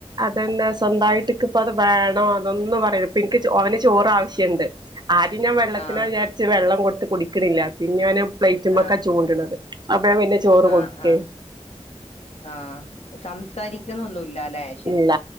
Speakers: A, on the right; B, on the left.
A: അതന്നാ സ്വന്തായിട്ട്ക്കിപ്പത് വേണോ അതൊന്നും പറയൂലാ ഇപ്പനിക്ക് അവന് ചോറാവശ്യുണ്ട്. ആദ്യം ഞാൻ വെള്ളത്തിനാവിചാരിച്ച്
B: ആഹ
A: വെള്ളം കൊടുത്ത് കുടിക്കണില്ല പിന്നോന് പ്ലേറ്റ്മ്മക്കാ
B: ആഹ്
A: ചൂണ്ട്ണത്. അപ്പം ഞാൻ പിന്നെ ചോറ്
B: ആഹ്
A: കൊടുക്കേ
B: ആഹ് ആഹ് സംസാരിക്കുന്നൊന്നൂല്ലാലേ ശെരി
A: ഇല്ല